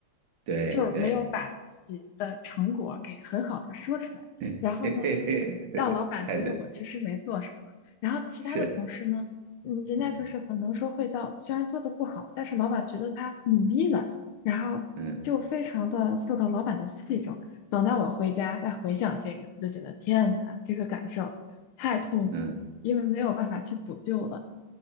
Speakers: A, on the right; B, on the left.
A: 对对，
B: 就是没有把自己的成果给很好的说出来，然后呢，
A: <laughs> 嘿嘿嘿，
B: 让老板觉得我其实没做什么，
A: 太对，
B: 然后其他的同事呢，
A: 是，
B: 嗯，人家就是很能说会道，
A: 嗯
B: 虽然做的不好，但是老板觉得他，嗯，然后就非常的受到老板的器重。
A: 嗯
B: 等到我回家再回想这个，我就觉得天哪，这个感受太痛苦了，
A: 嗯。
B: 因为没有办法去补救了。